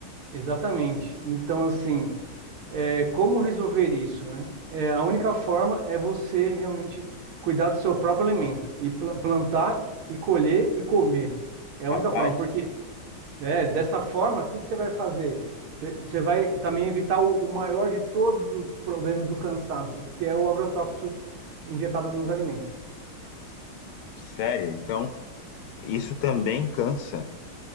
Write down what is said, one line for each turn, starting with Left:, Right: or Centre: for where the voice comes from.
Right: exatamente. Então, assim, é, como resolver isso, né? É, a única forma é você realmente cuidar do seu próprio alimento e pla- plantar e colher e comer. É a
Left: Rapaz,
Right: única forma, porque é, dessa forma, o que que você vai fazer? Você você vai também evitar o, o maior de todos os problemas do cansaço, que é o agrotóxico injetado nos alimentos.
Left: sério. Então, isso também cansa.